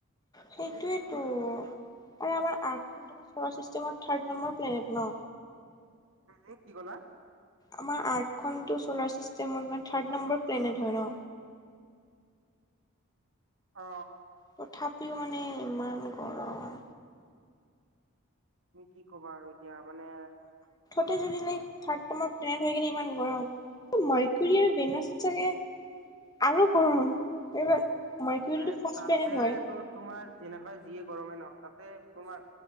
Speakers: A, on the left; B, on the right.
A: সেইটোৱেইটো আৰু আমাৰ আঠ ঘণ্টামান চল চিষ্টেমত থাৰ্ড নম্বৰ। প্লেনেট ন?
B: উম কি কলা।
A: আমাৰ আৰ্থখনটো চ'লাৰ চিষ্টেমত মানে থাৰ্ড নম্বৰ প্লেনেট হয় ন।
B: অ।
A: তথাপিও মানে ইমান। গৰম।
B: তুমি কি কবা আৰু এতিয়া মানে।
A: য ল থাৰ্ড টৰ প্লেনেট হৈ কিনে ইমান গৰম মাৰকিউৰি আৰু ভেনছত চাগে। আৰু গৰম এইবাৰ। মাৰ্কুৰীটো
B: আৰু
A: ফাৰ্ষ্ট
B: তাতেতো
A: প্লেনেট হয়
B: তোমাৰ যেনেকা যিয়ে গৰমে নহওঁক। তাতে তোমাৰ